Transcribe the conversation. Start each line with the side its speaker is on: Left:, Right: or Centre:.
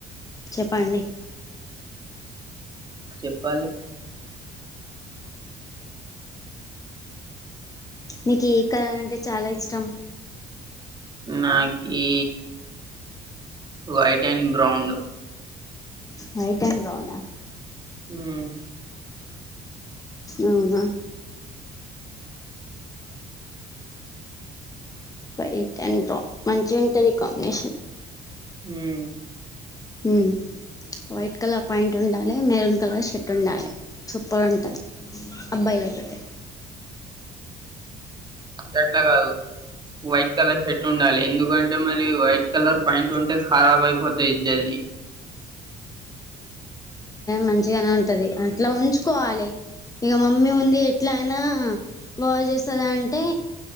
Left: చెప్పండి
Right: చెప్పాలె
Left: నీకు ఏ కలర్ అంటే చాలా ఇష్టం
Right: నాకి white and brown
Left: white and బ్రౌనా
Right: ఉమ్
Left: అవునా వైట్ అండ్ బ్రౌన్ మంచిగుంటంది కాంబినేషన్
Right: ఉమ్
Left: ఉమ్ వైట్ కలర్ ప్యాంట్ ఉండాలి మెరూన్ కలర్ షర్ట్ ఉండాలి సూపర్ ఉంటది అబ్బాయిలకైయితే
Right: గట్లా కాదు వైట్ కలర్ షర్ట్ ఉండాలి ఎందుకంటే మరి వైట్ కలర్ ప్యాంట్ ఉంటే ఖరాబ్ అయిపోతాయి జల్ది
Left: మంచిగనే ఉంటది అట్లా ఉంచుకోవాలే ఇగ మమ్మీ ఉంది ఎట్లయినా బాగా చేస్తది అంటే